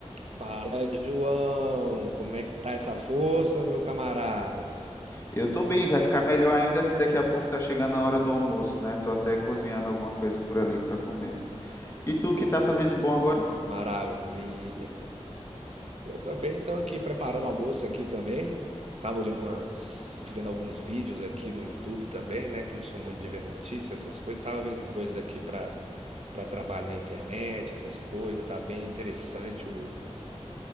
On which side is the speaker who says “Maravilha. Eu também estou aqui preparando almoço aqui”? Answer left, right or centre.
Right